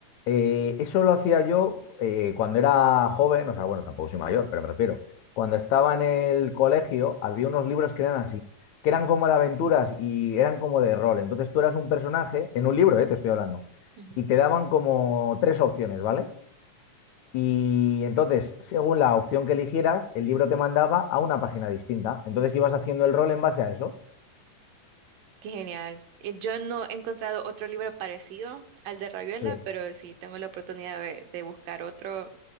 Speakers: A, on the left; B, on the right.
A: eh, eso lo hacía yo eh, cuando era joven, o sea, bueno, tampoco soy mayor, pero me refiero, cuando estaba en el colegio había unos libros que eran así, que eran como de aventuras y eran como de rol. Entonces tú eras un personaje, en un libro, eh, te estoy hablando,
B: Ujú.
A: y te daban como tres opciones, ¿vale? Y entonces, según la opción que eligieras, el libro te mandaba a una página distinta. Entonces ibas haciendo el rol en base a eso.
B: Qué genial. Eh, Yo no he encontrado otro libro parecido al de Rayuela,
A: Sí.
B: pero si tengo la oportunidad de, de buscar otro,